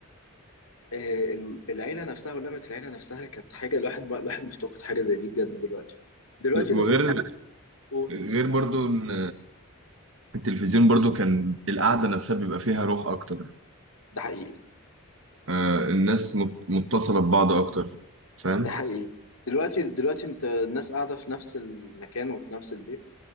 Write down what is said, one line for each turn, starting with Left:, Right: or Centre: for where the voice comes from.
Left: آه، ال- العيلة نفسها ولمة العيلة نفسها كانت حاجة الواحد الواحد مفتقد حاجة زي دي بجد دلوقتي دلوقتي اللي
Right: وغير
Left: موجود قول
Right: غير برضو إن التلفزيون برضو كان القعدة نفسها بيبقى فيها روح أكتر
Left: ده حقيقي
Right: آه الناس مت- متصلة ببعض أكتر فاهم؟
Left: ده حقيقي دلوقتي دلوقتي انت الناس قاعدة في نفس المكان وفي نفس البيت